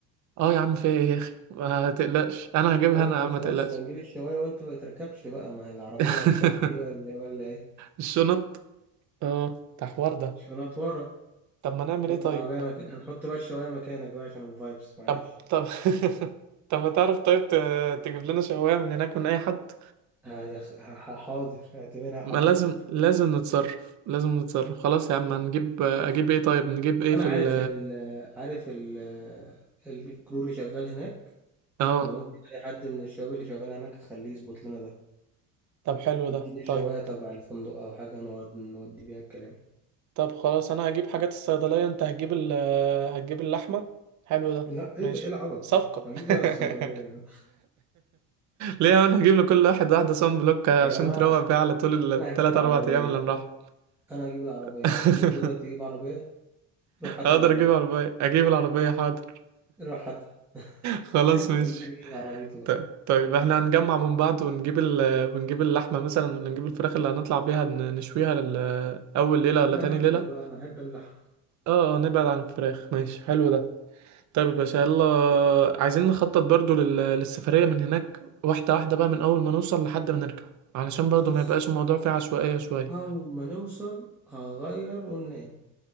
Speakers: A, on the right (about 50°); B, in the centre.
A: اه يا عم في ايه يا اخي ما تقلقش انا هجيبها
B: وانت
A: انا يا عم
B: خلاص
A: ما تقلقش
B: يعني هنجيب الشواية وانت ما تركبش بقى ما هي العربية
A: <laughs>
B: هتكفي ايه ولا إيه ولا ايه
A: الشنط اه ده حوار ده
B: شنط ورا
A: طب ما نعمل
B: حط
A: ايه طيب
B: عباية مك... نحط بقى الشواية مكانك بقى عشان الفايبس معلش
A: طب طب <laughs> طب ما تعرف طيب ت- تجيب لنا شواية من هناك من اي حد
B: ه- ه- ه- حاضر اعتبرها
A: ما
B: حاضرت
A: لازم لازم نتصرف لازم نتصرف خلاص يا عم هنجيب اجيب ايه طيب نجيب ايه
B: انا
A: في
B: عارف
A: ال
B: ال عارف ال الكرو اللي شغال هناك
A: اه
B: فممكن اي حد من الشباب اللي شغال هناك اخليه يظبط لنا ده
A: طب حلو
B: يديني
A: ده
B: شواية
A: طيب
B: تبع الفندق او حاجة نقعد نودي بيها الكلام
A: طب خلاص انا هجيب حاجات الصيدلية انت هتجيب ال هتجيب اللحمة حلو ده
B: لا ايه
A: ماشي
B: ده ايه العبط
A: صفقة
B: ده هجيب انا الصيدلية
A: <laughs>
B: يا عم.
A: ليه انا هجيب لكل واحد واحدة صن بلوك عشان
B: يا جماعة
A: تروق بيها على طول التلات
B: انا هجيب العربية
A: اربع ايام اللي نروح
B: انا هجيب العربية
A: <laughs>
B: انت تقدر تجيب عربية روح هات
A: اقدر
B: العربية
A: اجيب عربية اجيب العربية حاضر
B: روح هات <laughs>
A: خلاص ماشي
B: كل واحد يجيب عربيته بقى
A: ط- طيب احنا هنجمع من بعض ونجيب ال... ونجيب اللحمة مثلا ولا نجيب الفراخ اللي هنطلع بيها ن- نشويها لل... أول ليلة ولا
B: لا
A: تاني
B: لحمة
A: ليلة
B: بقى أنا أحب اللحمة
A: اه اه نبعد عن الفراخ ماشي حلو ده طيب يا باشا يلا عايزين نخطط برضو لل... للسفرية من هناك واحدة واحدة بقى من أول ما نوصل لحد ما نرجع علشان برضو
B: بص
A: ما يبقاش الموضوع فيه عشوائية شوية
B: أول ما نوصل هغير وننام